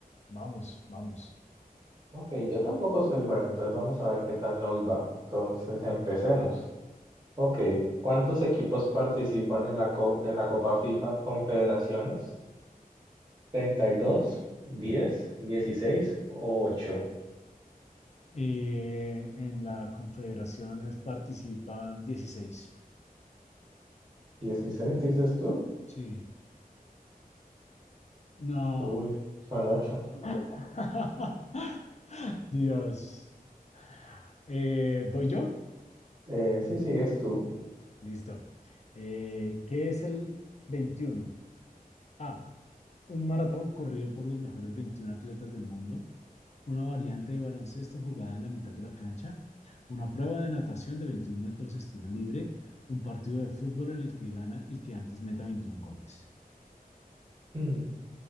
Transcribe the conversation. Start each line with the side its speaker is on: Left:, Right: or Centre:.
Left: vamos, vamos.
Right: Ok, yo tampoco soy bueno, entonces vamos a ver qué tal nos va. Entonces empecemos. Ok, ¿cuántos equipos participan en la, co- en la Copa FIFA Confederaciones? ¿32, 10, 16 o ocho
Left: Eh, en la Confederaciones participan dieciséis.
Right: dieciséis dices tú?
Left: Sí. No.
Right: Uy, son ocho
Left: <laughs> Dios. Eh, ¿voy yo?
Right: eh sí, sigues tú.
Left: Listo. Eh, ¿qué es el 21? A. Un maratón corrido por los mejores 21 atletas del mundo, una variante de baloncesto jugada en la mitad de la cancha, una prueba de natación de veintiún metros estilo libre, un partido de fútbol en el que gana el que antes meta 21 goles.
Right: Hmm,